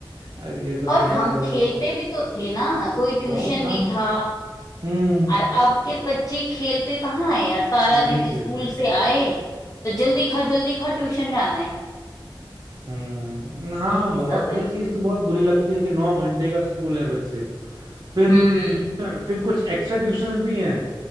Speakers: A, on the right; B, on the left.
A: अ, ये सब
B: और
A: तो बात
B: हम
A: अलग
B: खेलते
A: है
B: भी तो थे ना कोई ट्यूशन
A: बहुत
B: नहीं
A: हाँ
B: था
A: हम्म
B: और अब के बच्चे खेलते कहाँ है यार सारा दिन
A: नहीं खेलते
B: स्कूल से आए तो जल्दी खा जल्दी खा ट्यूशन जाना है
A: हम्म हाँ
B: यही
A: बहुत
B: सब
A: ये
B: है
A: चीज तो बहुत बुरी लगती है कि नौ घंटे का स्कूल है बच्चे का फिर
B: हम्म
A: ट्यूशन फिर कुछ एक्स्ट्रा ट्यूशंस भी हैं